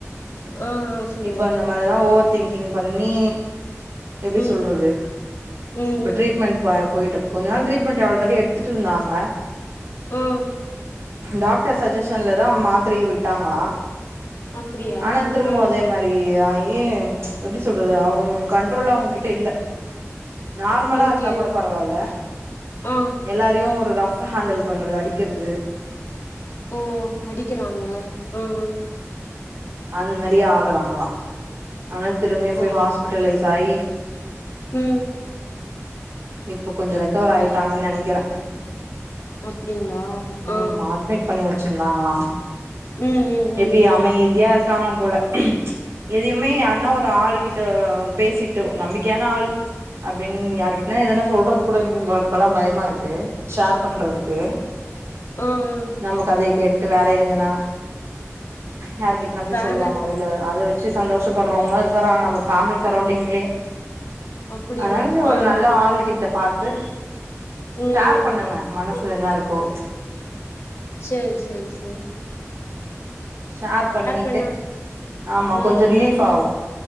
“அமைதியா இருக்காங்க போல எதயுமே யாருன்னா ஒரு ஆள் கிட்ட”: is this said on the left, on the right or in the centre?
Right